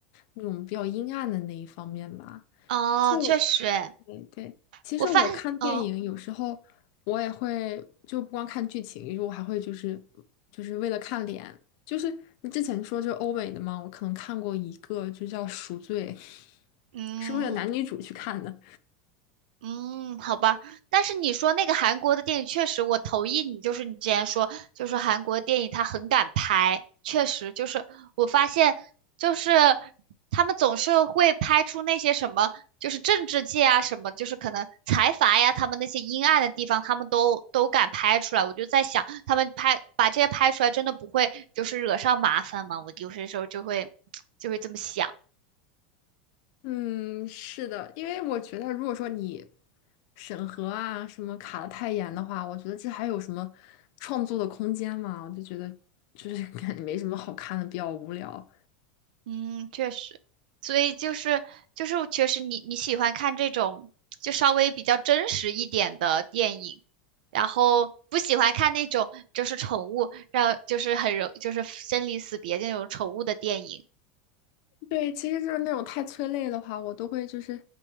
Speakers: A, on the left; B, on the right.
A: 那种比较阴暗的那一方面吧。
B: 哦，
A: 就。
B: 确实诶，
A: 对对，其实我看电影有时候我也会就不光看剧情，
B: 我发嗯
A: 我还会就是就是为了看脸，就是你之前说就是欧美的嘛，我可能看过一个就叫《赎罪》，
B: 嗯。
A: 是为了男女主去看的。
B: 嗯，好吧，但是你说那个韩国的电影，确实我同意你，就是你之前说，就是韩国电影它很敢拍，确实就是我发现，就是他们总是会拍出那些什么，就是政治界啊什么，就是可能财阀呀，他们那些阴暗的地方，他们都都敢拍出来。我就在想，他们拍把这些拍出来，真的不会就是惹上麻烦吗？我有些时候就会 <tsk> 就会这么想。
A: 嗯，是的，因为我觉得如果说你审核啊什么卡的太严的话，我觉得这还有什么创作的空间嘛？我就觉得就是感觉没什么好看的，比较无聊。
B: 嗯，确实，所以就是就是确实你你喜欢看这种就稍微比较真实一点的电影，然后不喜欢看那种就是宠物让就是很容就是生离死别那种宠物的电影。
A: 对，其实就是那种太催泪的话，我都会就是